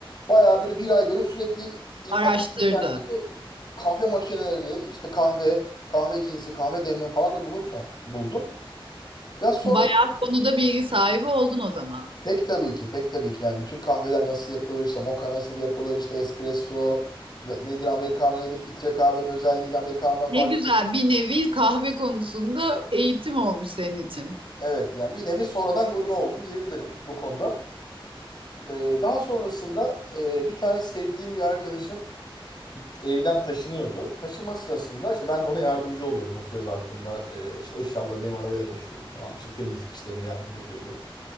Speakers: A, on the left; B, on the right.
A: bayağı böyle bir ay böyle sürekli internette
B: Araştırdın.
A: kendimi kahve makineleri, işte kahve, kahve cinsi, kahve demleme falan diye bulurken buldum. Ya sonra
B: Bayağı konuda bilgi sahibi oldun o zaman.
A: Pek tabii ki, pek tabii ki. Yani bütün kahveler nasıl yapılır, işte moka nasıl yapılır, işte espresso nedir, americano nedir, filtre kahvenin özelliğiyle americano'dan
B: Ne
A: fark.
B: güzel bir nevi kahve konusunda eğitim olmuş senin için.
A: Evet yani bir nevi sonradan gurme oldum diyebilirim bu konuda. Ee, daha sonrasında e, bir tane sevdiğim bir arkadaşım bir- evden taşınıyordu. Taşıma sırasında işte ben de ona yardımcı oluyordum o süre zarfında. Ee, işte eşyaları benim arabayla taşıyorduk falan. İşte temizlik işlerinde yardım ediyordum.